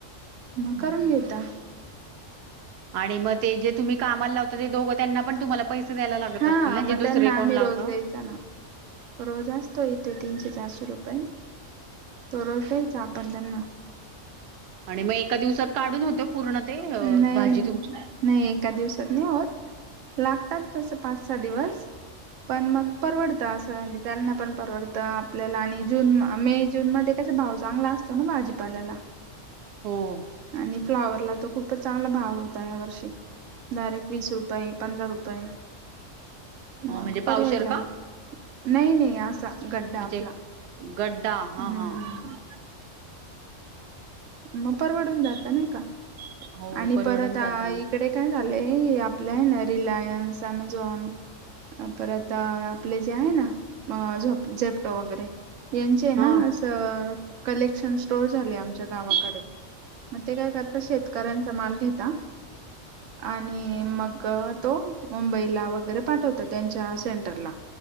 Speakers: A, on the right (about 80°); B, on the right (about 65°).
A: मग
B: हम्म
A: करून
B: हम्म
A: घेता
B: आणि म ते जे तुम्ही कामाला लावता ते दोघं त्यांना पण तुम्हाला पैसे पैसे द्यायला लागत
A: हा
B: असतील ना
A: मग
B: जे
A: त्यांना
B: दुसरे कोण
A: आम्ही रोज
B: लावताव
A: द्यायचा ना रोज असतो इथे तीनशे चारशे रुपये तो रोज द्यायचा आपण त्यांना
B: आणि म एका दिवसात काढून होते पूर्ण ते अ
A: नाही
B: भाजी
A: नाही
B: तुमची
A: नाही एका दिवसात नाही होत लागतात तसं पाच सहा दिवस पण मग परवडतं असं जे त्यांना पण परवडतं आपल्याला आणि जून मे जून मध्ये कसा भाव चांगला असतो ना भाजीपाल्याला
B: हो.
A: आणि फ्लॉवरला तर खूपच चांगला भाव होता या वर्षी डायरेक्ट वीस रुपये पंधरा रुपये
B: अ,
A: मग
B: म्हणजे
A: परवडला
B: पावशेर का?
A: नई नई असा गड्डा
B: म्हणजे
A: आपला
B: गड्डा. हां,
A: हम्म
B: हां.
A: मग परवडून जातं नाही का
B: हो,
A: आणि
B: परवडून
A: परत
B: जातं.
A: आ इकडे काय झालंय हे आपलं आहे ना रिलायन्स, अँमेझॉन परत आ आपले जे आहे ना अ झो झेप्टो वगैरे यांचे आहे
B: हां.
A: ना असं कलेक्शन् टोल झाले आमच्या गावाकडे मग ते काय करता शेतकऱ्यांचा माल घेता <unintelligible> आणि मग तो मुंबईला वगैरे पाठवतो त्यांच्या सेंटरला